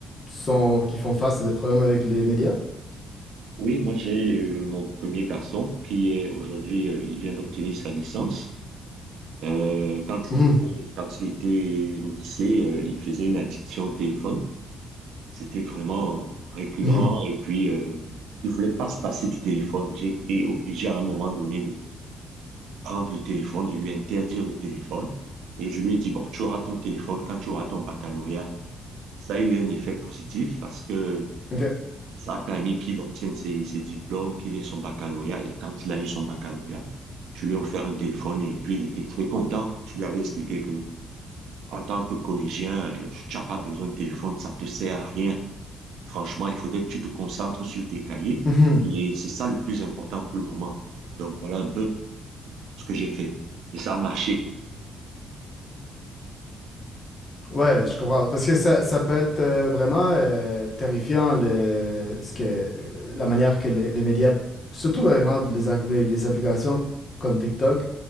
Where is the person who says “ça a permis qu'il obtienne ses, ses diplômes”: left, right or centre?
Right